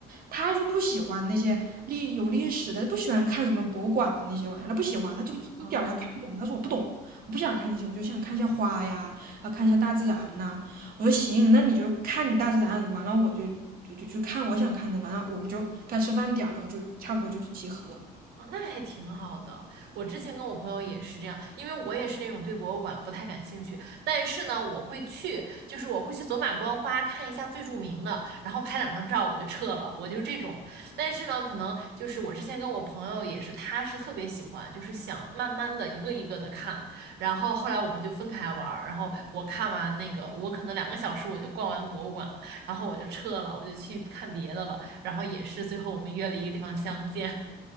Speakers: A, on the right; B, on the right.
A: 她就不喜欢那些历有历史的，不喜欢看什么博物馆的那些玩意儿，她不喜欢，她就一点儿她看不懂。
B: 哦，
A: 她说我不懂，我不想看那些，我就想看一下花呀，啊，看一下大自然呐、我说行，那你就看你大自然，完了我就就就去看我想看的，完了我们就该吃饭点儿了，然后就差不多就去集合。
B: 哦，那还挺好的。我之前跟我朋友也是这样，因为我也是那种对博物馆不太感兴趣，但是呢，我会去，就是我会去走马观花看一下最著名的，然后拍两张照我就撤了，我就是这种。但是呢，可能就是我之前跟我朋友也是，他是特别喜欢，就是想慢慢的一个一个的看，然后后来我们就分开玩儿，然后我看完那个，我可能两个小时我就逛完博物馆了，然后我就撤了，我就去看别的了，然后也是最后我们约了一个地方相见。<laughs>